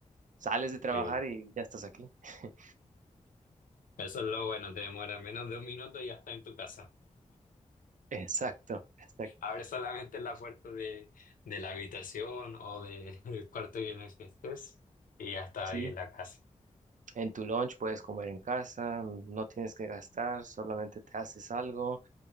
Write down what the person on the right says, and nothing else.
sales de trabajar
y ya estás aquí. <laughs>
Exacto, exacto.
Sí,
en tu lunch puedes comer en casa, no tienes que gastar, solamente te haces algo.